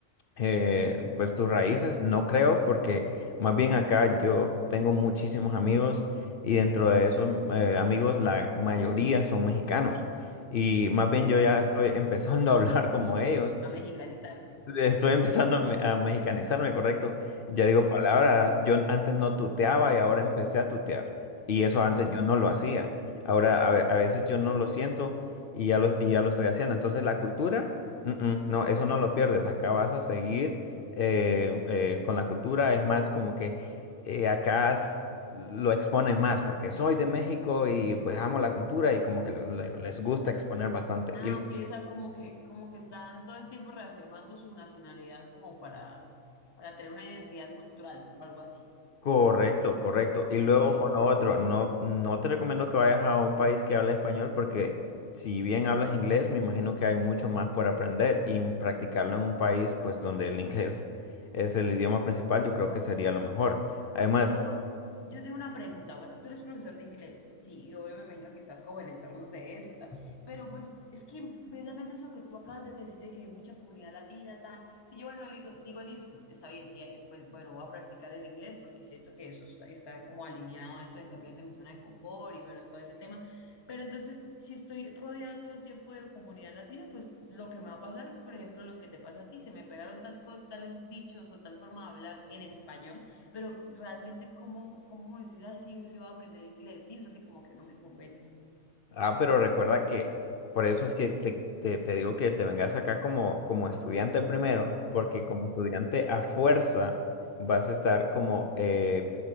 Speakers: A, on the left; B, on the left.
A: eh, pues tus raíces, no creo, porque más bien acá yo tengo muchísimos amigos y dentro de esos eh, amigos la mayoría son mexicanos. Y más bien yo ya estoy <laughs> empezando a hablar como ellos
B: a mexicanizarte.
A: Estoy empezando a, me- a mexicanizarme, correcto. Ya digo palabras. Yo antes no tuteaba y ahora empecé a tutear. Y eso antes
B: Ujú.
A: yo no lo hacía. Ahora a, ve- a veces yo no lo siento y ya lo, y ya lo estoy haciendo. Entonces la cultura, mm, mm, no, eso no lo pierdes. Acá vas a seguir eh, eh, con la cultura. Es más como que eh, acá s- lo exponen más porque soy de México y pues amo la cultura y como que lo- lo- les gusta exponer bastante.
B: Ah,
A: Y
B: ok, o sea, como que, como que están todo el tiempo reafirmando su nacionalidad como para, para tener una identidad cultural o algo así.
A: Correcto, correcto. Y
B: Ok.
A: luego con lo otro, no, no te recomiendo que vayas a un país que habla español porque si bien hablas inglés, me imagino que hay mucho más por aprender y practicarlo en un país pues donde el inglés <laughs> es el idioma principal, yo creo que sería lo mejor. Además,
B: Pero yo tengo una pregunta. Bueno, tú eres profesor de inglés, sí, y me imagino que estás como en entornos de eso, tal. Pero pues es que precisamente eso que tú acabas de decir de que hay mucha comunidad latina, tal. Si yo, bueno, digo, digo, listo, está bien, sí, hay- pues bueno, voy a practicar el inglés porque siento que eso está, está como alineado a eso de cambiar de mi zona de confort y bueno, todo ese tema. Pero entonces, si estoy rodeada todo el tiempo de comunidad latina, pues lo que me va a pasar es, por ejemplo, lo que te pasa a ti, se me pegaron tal cosa, tales dichos o tal forma de hablar en español pero realmente, ¿cómo, cómo decir, ay, sí, sí voy a aprender inglés? Sí, no sé, como que no me convence.
A: Ah, pero recuerda que por eso es que te, te- te digo que te vengas acá como, como estudiante primero, porque como estudiante a fuerza vas a estar como eh,